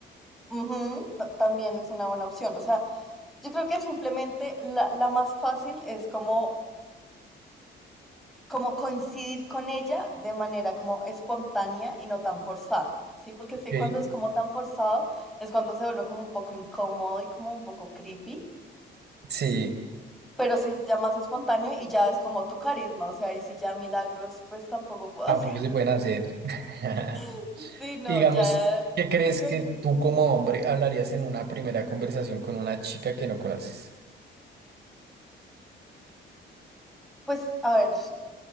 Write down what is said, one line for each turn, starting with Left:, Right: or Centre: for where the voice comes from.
Centre: Ujú, ta- también es una buena opción. O sea, yo creo que simplemente la, la más fácil es como, como coincidir con ella de manera como espontánea y no tan forzada, ¿sí? Porque es que
Right: Ok.
Centre: cuando es como tan forzado es cuando se vuelve como un poco incómodo y como un poco creepy.
Right: Sí,
Centre: pero si es ya más espontáneo y ya es como tu carisma, o sea, y si ya milagros, pues tampoco puedo
Right: tampoco
Centre: hacer.
Right: se pueden hacer. <laughs>
Centre: <laughs> Sí, no,
Right: Y Digamos,
Centre: ya
Right: ¿qué crees
Centre: tu carisma.
Right: que tú como hombre hablarías en una primera conversación con una chica que no conoces?
Centre: Pues, a ver,